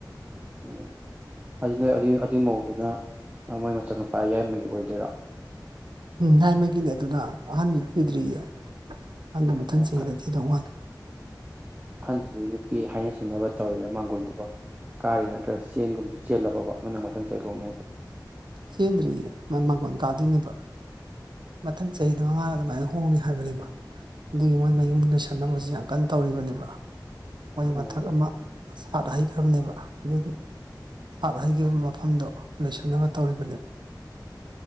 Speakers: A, on the right (about 20°); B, on the right (about 80°).
A: ꯎꯝ ꯑꯗꯨ ꯅꯣꯏ ꯑꯗꯨꯏ ꯑꯗꯨꯏ ꯃꯧꯗꯨꯅ ꯃ ꯃꯣꯏ ꯃꯆꯥꯅꯨꯄꯥ ꯌꯥꯏꯃꯒꯤ ꯑꯣꯏꯗꯨꯏꯔꯣ
B: ꯎꯝ ꯌꯥꯏꯃꯒꯤꯅꯦ ꯑꯗꯨꯅ ꯑꯍꯟꯗꯤ ꯊꯤꯗ꯭ꯔꯤꯌꯦ ꯑꯍꯟꯗꯤ ꯃꯊꯪ
A: ꯑꯣ
B: ꯆꯍꯤꯗ ꯊꯤꯗꯧ ꯃꯥꯜꯂꯦ
A: ꯑꯍꯟꯖꯤꯗꯤ ꯅꯨꯄꯤ ꯍꯥꯏꯅ ꯁꯤꯡꯅꯕ ꯇꯧꯔꯤꯔꯥ ꯃꯥꯡꯒꯣꯟꯒꯨꯕ ꯀꯥꯔꯤꯔ ꯅꯠꯇ꯭ꯔ ꯆꯦꯡꯒꯨꯝ ꯆꯦꯜꯂꯕꯕ ꯅꯪꯅ ꯃꯊꯪ ꯆꯍꯤ ꯂꯨꯍꯣꯡꯅꯦ ꯍꯥꯏꯖꯦ
B: ꯆꯦꯟꯗ꯭ꯔꯤꯌꯦ ꯃꯥ ꯃꯥꯡꯒꯣꯟ ꯀꯥꯗꯨꯏꯅꯦꯕ ꯃꯊꯪ ꯆꯍꯤꯗ ꯃꯃꯥꯅ ꯑꯗꯨꯃꯥꯏꯅ ꯍꯣꯡꯅꯦ ꯍꯥꯏꯕꯅꯦꯕ ꯑꯗꯨꯒꯤ ꯃꯣꯏ ꯃꯌꯨꯝ ꯂꯣꯏꯁꯟꯅꯕꯖꯤ ꯌꯥꯝ ꯀꯟ ꯇꯧꯔꯤꯕꯅꯦꯕ ꯃꯣꯏ ꯃꯊꯛ
A: ꯑꯣ
B: ꯑꯃ ꯁꯥꯠ ꯍꯩꯈ꯭ꯔꯕꯅꯦꯕ ꯑꯗꯨꯗꯨ ꯁꯥꯠ ꯍꯩꯒꯤꯕ ꯃꯐꯝꯗꯣ ꯂꯣꯏꯁꯟꯅꯕ ꯇꯧꯔꯤꯕꯅꯦꯕ